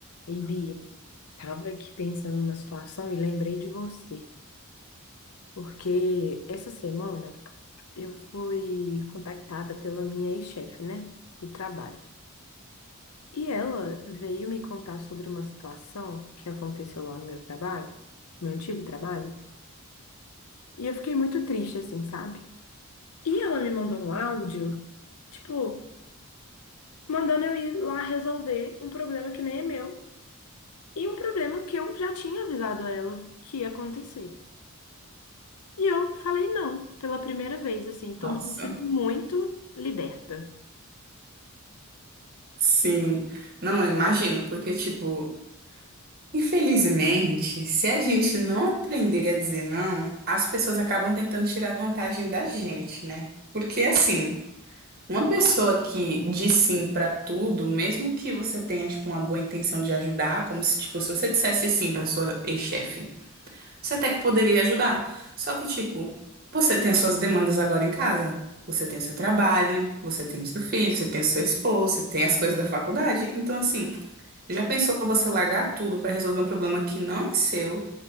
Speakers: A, on the left; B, on the right.
A: E Bia, tava aqui pensando numa situação e lembrei de você, porque essa semana eu fui contactada pela minha ex-chefe, né, do trabalho. E ela veio me contar sobre uma situação que aconteceu lá no meu trabalho, meu antigo trabalho, e eu fiquei muito triste assim, sabe? E ela me mandou um áudio, tipo, mandando eu ir lá resolver um problema que nem é meu e um problema que eu já tinha avisado a ela que ia acontecer. E eu falei não, pela primeira vez, assim, tô
B: Nossa,
A: me sentindo muito liberta.
B: sim. Não, eu imagino, porque, tipo, infelizmente, se a gente não aprender a dizer não, as pessoas acabam tentando tirar vantagem da gente, né? Porque, assim, uma pessoa que diz sim pra tudo, mesmo que você tenha, tipo, uma boa intenção de ajudar, como se, tipo, se você dissesse sim pra sua ex-chefe. Você até que poderia ajudar. Só que, tipo, você tem as suas demandas agora em casa. Você tem o seu trabalho, você tem o seu filho, você tem o seu esposo, você tem as coisas da faculdade. Então, assim, já pensou você largar tudo pra resolver um problema que não é seu,